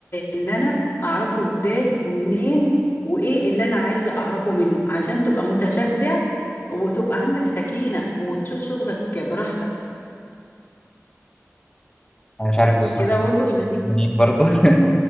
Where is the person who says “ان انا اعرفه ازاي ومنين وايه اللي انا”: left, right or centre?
Left